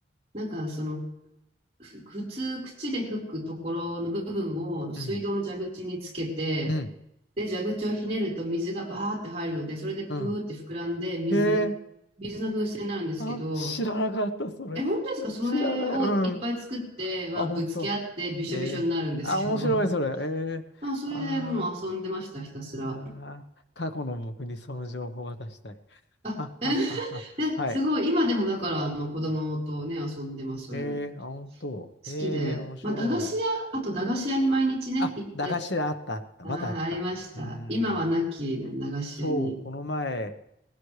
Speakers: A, on the right; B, on the left.
A: なんかその、ふ普通口で吹くところの部分を水道の蛇口につけて、
B: うん。うん。
A: で、蛇口をひねると水がバーって入るので、それでプーって膨らんで水、
B: うんへえ。
A: 水の風船になるんですけど、
B: あ、知らなかった、それ。
A: え、本当ですかそれをいっぱい作って、
B: 知らない。うん。
A: まあ、
B: あ、
A: ぶつけ合ってびしょびしょになるんですけど。
B: 本当。ええあ、面白い、それ。
A: <laughs>
B: ええあ
A: まあ、それでもう遊んでました、ひたすら。
B: ーあー、な過去の僕にその情報を渡したい。
A: あ、
B: あ、
A: え
B: あ、
A: <laughs>
B: あ、あ、
A: ね、
B: はい。
A: すごい。今でもだから、あの、子供とね、
B: うん。
A: 遊んでます、それで。
B: ええあ、本当。
A: 好きで。
B: ええ面白い。
A: まあ、駄菓子屋、あと駄菓子屋に毎日ね、
B: あ、
A: 行って。
B: 駄菓子だ、あった、あった。
A: ああ、
B: まだあった。
A: ありました。
B: うーん。
A: 今はなき駄菓子屋に。
B: そう、この前、